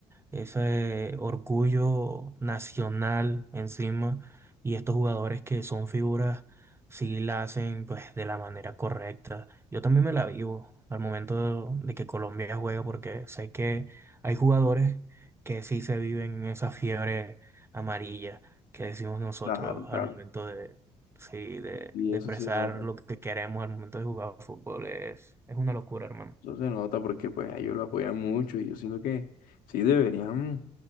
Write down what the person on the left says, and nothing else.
Claro, claro.
Y
eso
se nota.
Eso se nota porque pues a ellos lo apoyan mucho y yo siento que sí deberían